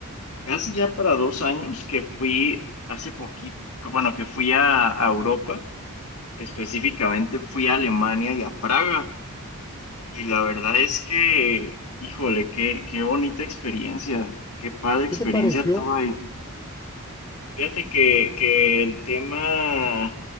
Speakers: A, on the left; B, on the left.
A: casi ya para dos años que fui hace poquito, que, bueno, que fui a a Europa. Específicamente fui a Alemania y a Praga. Y la verdad es que, híjole, qué, qué bonita experiencia, qué padre experiencia
B: ¿Qué te pareció?
A: tuve ahí. Fíjate que, que el tema,